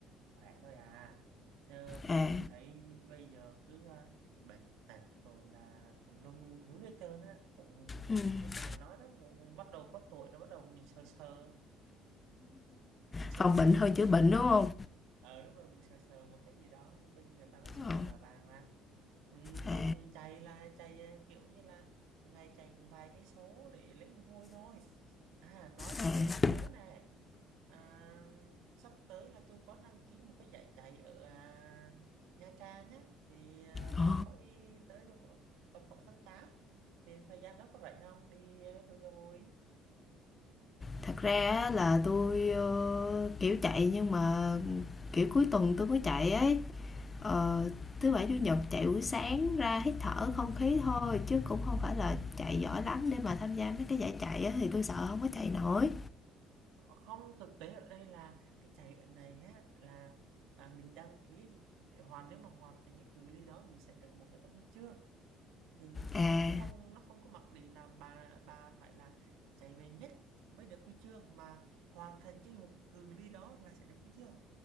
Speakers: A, on the right (about 80°); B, on the left (about 25°).
A: khỏe thôi à chứ tôi
B: À,
A: cũng thấy bây giờ cứ à, bệnh tật rồi là tùm lum thứ hết trơn á cũng
B: ừm,
A: như bà nói đó cũng bắt đầu có tuổi rồi bắt đầu cũng sờ sờ sờ
B: phòng
A: sờ
B: bệnh
A: một
B: hơn
A: cái
B: chữa
A: gì
B: bệnh,
A: đó
B: đúng không
A: ờ lúc rồi cũng sờ sờ một cái gì đó bây giờ người ta nói sức
B: Ờ,
A: khỏe là vàng mà ừ,
B: à,
A: tôi cũng chạy là chạy à, kiểu như là ngày chạy cũng vài cái số để lấy mồ hôi thôi à nói cái
B: à,
A: này mới nhớ nè À, sắp tới là tôi có đăng ký một cái giải chạy ở à, Nha Trang á thì à,
B: ờ.
A: bà có ý tới đâu ạ? tầm khoảng tháng 8, thì thời gian đó có rảnh không đi à, với tôi cho vui
B: Thật ra á là tôi ơ, kiểu, chạy nhưng mà, kiểu, cuối tuần tôi mới chạy ấy. ờ, thứ bảy chủ nhật chạy buổi sáng ra hít thở không khí thôi chứ cũng không phải là chạy giỏi lắm để mà tham gia mấy cái giải chạy á, thì tôi sợ không có chạy nổi
A: không thực tế ở đây là cái chạy ở này á là à, mình đăng ký để hoàn nếu mà hoàn thành cái cự ly đó mình sẽ được một cái tấm huy chương thì
B: à
A: không không nó không có mặc định là bà bà phải là chạy về nhất mới được huy chương mà hoàn thành cái một cự ly đó là sẽ được huy chương